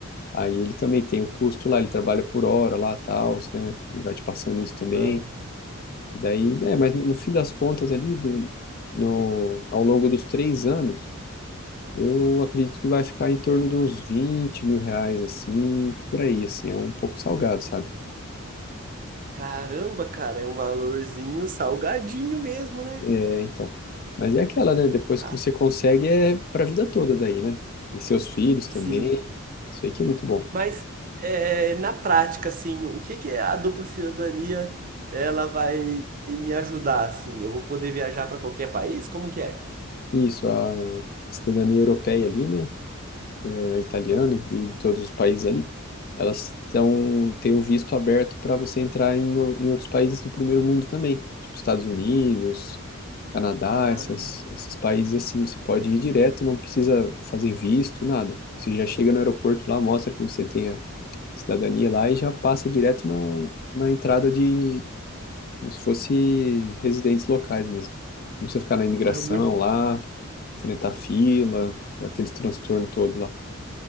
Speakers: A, on the left; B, on the right.
A: Aí ele também tem o custo lá, ele trabalha por hora lá, tal, né? Ele vai te passando isso também.
B: Ah,
A: E daí, é, mas no, no fim das contas ali, do, no, ao longo dos três anos, eu acredito que vai ficar em torno de uns vinte mil reais, assim, por aí, assim, é um pouco salgado, sabe?
B: caramba, cara, é um valorzinho salgadinho mesmo, né?
A: É, então. Mas é aquela, né? Depois
B: Ah,
A: que você consegue, é pra vida toda daí, né? E seus filhos
B: sim.
A: também. Isso aí que é muito bom.
B: Mas é, na prática, assim, o que que a dupla cidadania ela vai me ajudar, assim? Eu vou poder viajar para qualquer país? Como que é?
A: Isso, a cidadania europeia ali, né? É, italiana e e de todos os países ali, elas tão têm o visto aberto para você entrar em, o- em outros países do primeiro mundo também. Tipo Estados Unidos, Canadá,
B: Ah,
A: essas, esses países assim. Você pode ir direto, não precisa fazer visto, nada. Você já chega no aeroporto lá, mostra que você tem cidadania lá e já passa direto na, na entrada de, como se fosse residentes locais mesmo. Não precisa ficar na imigração
B: É muito.
A: lá, enfrentar fila, aquele transtorno todo lá.